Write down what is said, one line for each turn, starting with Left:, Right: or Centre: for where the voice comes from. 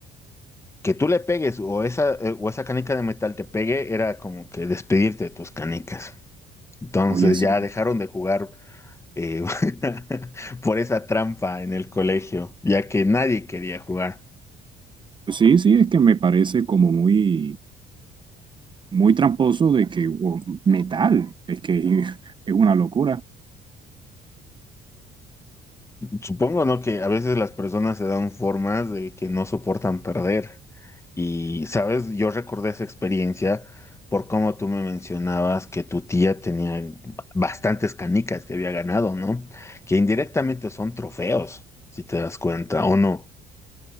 Left: Que tú le pegues o esa, eh, o esa canica de metal te pegue era como que despedirte de tus canicas. Entonces
Right: Oye, sí,
Left: ya dejaron de jugar eh, <laughs> por esa trampa en el colegio, ya que nadie quería jugar.
Right: sí, sí, es que me parece como muy, muy tramposo de que, o, metal, es que <laughs> es una locura.
Left: Supongo, ¿no? Que a veces las personas se dan formas de que no soportan perder. Y, ¿sabes? Yo recordé esa experiencia por cómo tú me mencionabas que tu tía tenía ba- bastantes canicas que había ganado, ¿no? Que indirectamente son trofeos, si te das cuenta, ¿o no?